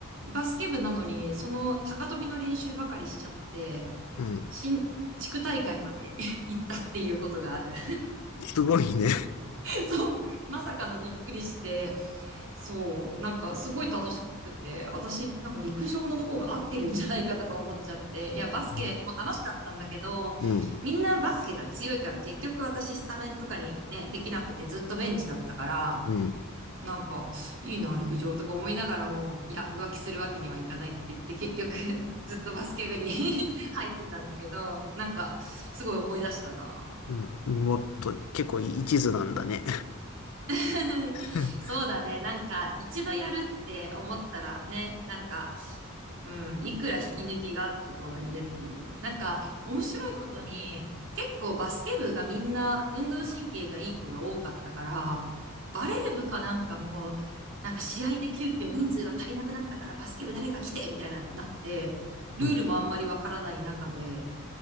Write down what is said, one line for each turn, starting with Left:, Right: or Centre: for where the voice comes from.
Right: バスケ部なのに、その高跳びの練習ばかりしちゃって、
Left: うん。
Right: 新、地区大会まで <laughs> 行ったっていうことがある。
Left: すごいね。
Right: <laughs> そう、まさかのびっくりして、そう、なんかすごい楽しくて、私なんか陸上の方が合ってるんじゃないかとか思っちゃって、いや、バスケも楽しかったんだけど、
Left: うん。うん。
Right: みんなバスケが強いから結局私スタメンとかにね、できなくてずっとベンチだったから、
Left: うん。
Right: なんか、いいな、陸上とか思いながらも、いや、浮気するわけにはいかないって言って、結局 <laughs> ずっとバスケ部に <laughs> 入ってたんだけど、なんか、すごい思い出したな。
Left: うん、もっと、結構一途なんだね。
Right: <laughs>
Left: <laughs> うん、
Right: そうだね。なんか、一度やるって思ったらね、なんか、うん、いくら引き抜きがあったとはいえっていう。なんか、面白いことに、結構バスケ部がみんな運動神経がいい子が多かったから、バレー部かなんかも、なんか試合で急遽人数が足りなくなったからバスケ部誰か来てみたいな、なって、ルールもあんまりわからない中で、
Left: うん、